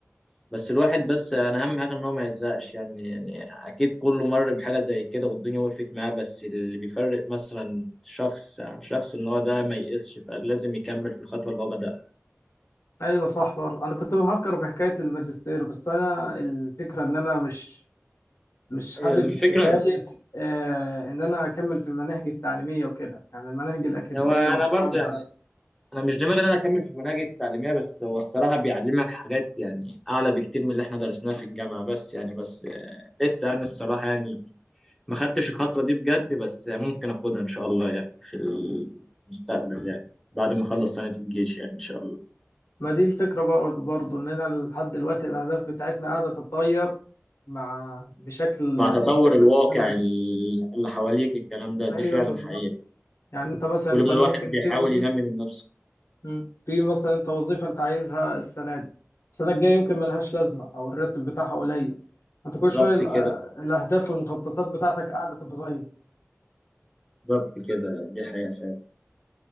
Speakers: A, in the centre; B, on the left.
A: بس الواحد بس انا اهم حاجه ان هو ما يزهقش يعني يعني اكيد كله مر بحاجه زي كده والدنيا وقفت معاه بس اللي بيفرق مثلا شخص عن شخص ان هو ده ما ييأسش فلازم يكمل في الخطوه اللي هو بدأها
B: ايوه صح برضه انا كنت بفكر في حكايه الماجستير بس انا الفكره ان انا مش مش حابب
A: هي الفكره
B: حكايه آه ان انا اكمل في المناهج التعليميه وكده يعني المناهج الاكاديميه
A: هو انا
B: والكلام
A: برضو
B: ده
A: انا مش دماغي ان انا اكمل في المناهج التعليميه بس هو الصراحه بيعلمك حاجات يعني اعلى بكتير من اللي احنا درسناها في الجامعه بس يعني بس آه، لسه يعني الصراحه يعني ما خدتش الخطوه دي بجد بس آه، ممكن اخدها ان شاء الله يعني في المستقبل يعني بعد ما اخلص سنه الجيش يعني ان شاء الله
B: ما دي الفكرة بر- برضو إننا لحد دلوقتي الأهداف بتاعتنا قاعدة تتغير مع بشكل
A: مع تطور
B: بشكل
A: الواقع
B: مستمر
A: ال- اللي حواليك الكلام ده دي
B: أيوه
A: فعلا
B: بالظبط
A: حقيقه
B: يعني أنت مثلا أنت
A: كل ما
B: ممكن
A: الواحد بيحاول
B: في وظيفة
A: ينمي من نفسه
B: مم. في مثلا أنت وظيفة أنت عايزها السنة دي السنة الجاية يمكن ملهاش لازمة أو الراتب بتاعها قليل أنت كل
A: بالظبط
B: شوية ال-
A: كده
B: الأهداف والمخططات بتاعتك قاعدة تتغير
A: بالظبط كده دي حقيقه فعلا